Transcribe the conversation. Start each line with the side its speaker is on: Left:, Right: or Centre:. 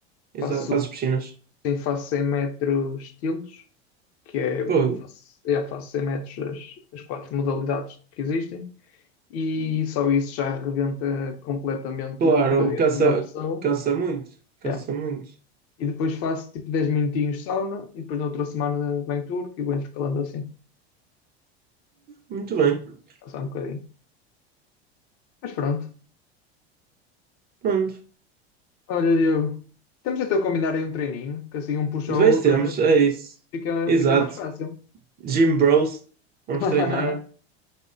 Right: exato.
Left: faço,
Right: Fazes piscinas.
Left: sim, faço 100 metros estilos, que é,
Right: Pô,
Left: pronto, faço, yeah, faço 100 metros as, as quatro modalidades que existem. E só isso já arrebenta completamente
Right: claro,
Left: o cardio
Right: cansa,
Left: de uma pessoa.
Right: cansa muito. Cansa
Left: Yeah.
Right: muito.
Left: E depois faço tipo 10 minutinhos sauna e depois na outra semana venho turco e vou intercalando assim,
Right: Muito bem.
Left: passar um bocadinho. Mas pronto.
Right: Pronto.
Left: Olha, Diogo, temos então a combinar aí um treininho, que assim um puxa
Right: Vencemos,
Left: o outro, eh,
Right: é isso.
Left: fica,
Right: Exato.
Left: fica mais fácil.
Right: Gym Bros. Vamos
Left: <laughs>
Right: treinar.